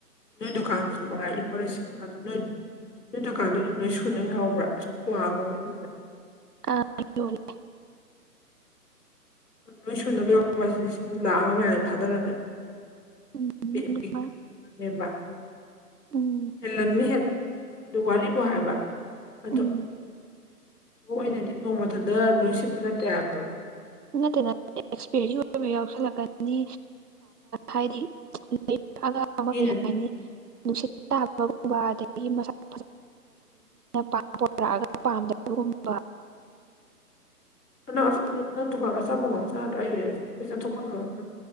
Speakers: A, on the left; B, on the right.
A: ꯅꯣꯏ ꯗꯨꯀꯥꯟꯗꯨꯁꯨ ꯃꯉꯥꯏ ꯂꯨꯄꯥ ꯂꯤꯁꯤꯡ ꯅꯣꯏ ꯅꯣꯏ ꯗꯨꯀꯥꯟꯗꯣ ꯑꯗꯨꯝ ꯂꯣꯏ ꯁꯨꯅꯕ ꯌꯥꯎꯕ꯭ꯔꯥ ꯁꯨꯝ ꯀ꯭ꯋꯥꯒꯨꯝꯕ ꯌꯣꯟꯕꯔꯥ
B: ꯑꯥ ꯌꯣꯜꯂꯦ
A: ꯂꯣꯏ ꯁꯨꯅꯕ ꯌꯥꯎꯕ ꯍꯥꯏꯁꯦ ꯂꯤꯁꯤꯡ ꯂꯥꯛꯈ ꯑꯃ ꯃꯌꯥ ꯑꯗꯨꯝ ꯊꯥꯗꯔꯝꯒꯅꯤ
B: ꯎꯝ ꯑꯗꯨꯃꯥꯏ
A: ꯄꯤ <inaudible>
B: ꯎꯝ
A: ꯍꯦꯜꯂꯝꯅꯤꯍꯦ ꯑꯗꯨ ꯋꯥꯔꯤꯕꯨ ꯍꯥꯏꯕ ꯑꯗꯨ
B: ꯎꯝ
A: ꯑꯗꯨ ꯅꯣꯡꯃꯇꯇ ꯂꯣꯏ ꯁꯤꯠꯄ ꯅꯠꯇꯦ ꯍꯥꯏꯕ
B: ꯅꯠꯇꯦ ꯅꯠꯇꯦ ꯑꯦꯛꯁꯄꯤꯌꯔꯤ ꯑꯣꯏꯕ ꯌꯥꯎꯁꯜꯂꯛꯀꯅꯤ ꯍꯥꯏꯗꯤ ꯑ ꯑꯃ
A: ꯃꯤꯅ
B: ꯀꯩ ꯍꯥꯏꯅꯤ ꯅꯨꯡꯁꯤꯠ ꯇꯥꯕꯒꯨꯝꯕ ꯑꯗꯒꯤ ꯃꯁꯥꯛ ꯐ <inaudible> ꯄꯥꯝꯗꯕꯒꯨꯝꯕ
A: ꯅꯪ ꯑꯁ ꯅꯪ ꯗꯨꯀꯥꯟ ꯑꯆꯥꯄꯣꯒꯝ ꯆꯥꯗ꯭ꯔ ꯑꯩ ꯑꯣꯢꯔꯗꯤ ꯆꯥꯊꯣꯛꯕꯗ ꯂꯣꯢꯔꯅꯤ